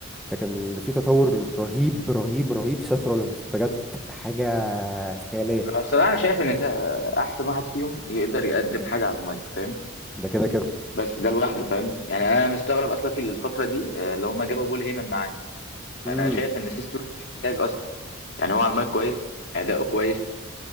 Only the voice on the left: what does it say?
أنا بصراحة أنا شايف إن ده أحسن واحد فيهم يقدر يقدم حاجة على المايك فاهم
بس ده لوحده فاهم يعني أنا مستغرب أصلا في الفترة دي آه، اللي هم جابوا بول هيمن معاه
فأنا شايف إن سيستم مش محتاج أصلا يعني هو على المايك كويس اداؤه كويس